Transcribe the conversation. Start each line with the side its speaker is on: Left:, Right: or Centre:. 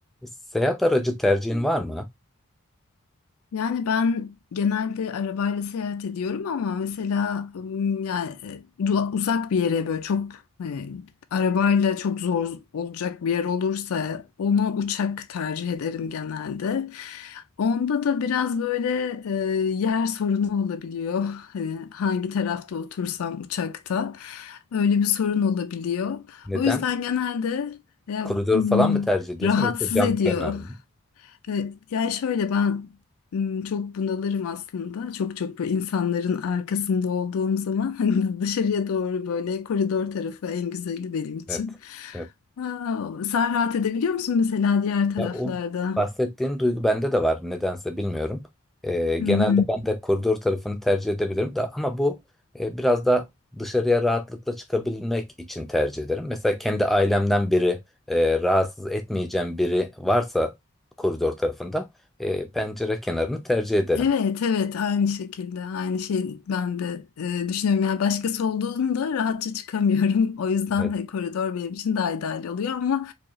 Centre: Seyahat aracı tercihin var mı?
Left: Yani ben genelde arabayla seyahat ediyorum ama mesela ım, yani e, du- uzak bir yere böyle çok e, arabayla çok zor olacak bir yer olursa ona uçak tercih ederim genelde. Onda da biraz böyle e, yer sorunu olabiliyor. Hani hangi tarafta otursam uçakta öyle bir sorun olabiliyor.
Centre: Neden?
Left: O yüzden genelde e,
Centre: Koridor
Left: ım,
Centre: falan mı tercih ediyorsun
Left: rahatsız
Centre: yoksa cam
Left: ediyor
Centre: kenarı mı?
Left: E, Yani şöyle ben m, çok bunalırım aslında. Çok çok böyle insanların arkasında olduğum zaman <laughs> hani dışarıya doğru böyle koridor tarafı en güzeli benim için.
Centre: Evet. Evet.
Left: Aa, sen rahat edebiliyor musun mesela diğer taraflarda?
Centre: Ya o bahsettiğin duygu bende de var. Nedense bilmiyorum. Ee, genelde
Left: Hı hı.
Centre: ben de koridor tarafını tercih edebilirim de ama bu e, biraz da dışarıya rahatlıkla çıkabilmek için tercih ederim. Mesela kendi ailemden biri e, rahatsız etmeyeceğim biri varsa koridor tarafında e, pencere kenarını tercih ederim.
Left: Evet evet aynı şekilde aynı şey ben de e, düşünüyorum yani başkası olduğunda rahatça çıkamıyorum <laughs> o yüzden
Centre: Evet.
Left: hani koridor benim için daha ideal oluyor ama